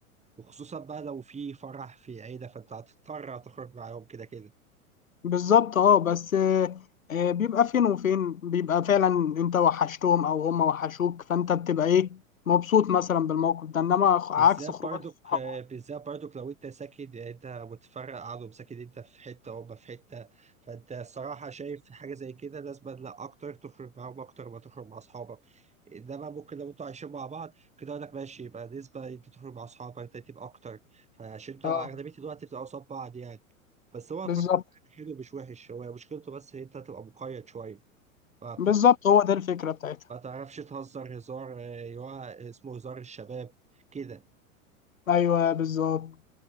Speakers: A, on the right; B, on the left.
A: وخصوصا بقى لو في فرح في عيله فانت هتضطر تخرج معاهم كده كده
B: بالظبط اه بس آه، آه، بيبقى فين وفين بيبقى فعلا انت وحشتهم او هم وحشوك فانت بتبقى ايه مبسوط مثلا بالموقف ده انما خ-
A: بالذات
B: عكس خروجات
A: برضك
B: الصحاب
A: بالذات برضك لو انت ساكن يعني انت متفرق عنهم ساكن انت في حته وهم في حته فانت الصراحه شايف حاجه زي كده لازم لا اكتر تخرج معاهم اكتر ما تخرج مع اصحابك انما ممكن لو انتوا عايشين مع بعض كده اقول لك ماشي يبقى نسبه انت تخرج مع اصحابك ده تبقى اكتر فعشان انتوا
B: اه
A: اغلبيه الوقت بتبقوا قصاد بعض يعني بس هو الخروج
B: بالظبط
A: مع بعض حلو مش وحش هو مشكلته بس ان انت تبقى مقيد شويه فبتبقى
B: بالظبط هو ده الفكرة بتاعتها
A: ما تعرفش تهزر هزار آه، اللي هو اسمه هزار الشباب كده
B: ايوه بالظبط